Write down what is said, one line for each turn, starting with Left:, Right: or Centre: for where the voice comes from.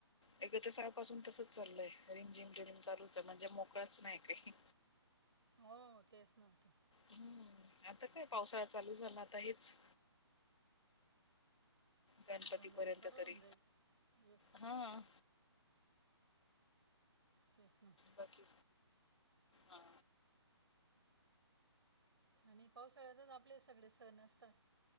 Left: <unintelligible> सकाळपासून तसचं चालयं रिमझिम रिम चालूचं म्हणजे मोकळाच नाही काही.
Right: हो तेच नव्हतं.
Left: हं. आता काय पावसाळा चालू झाला आता हेच. गणपती
Right: झालं
Left: पर्यंत
Right: तर बरं होऊन
Left: तरी
Right: जाईल एक
Left: हां.
Right: तेच ना.
Left: बाकी हां.
Right: आणि पावसाळ्यातच आपले सगळे सण असतात.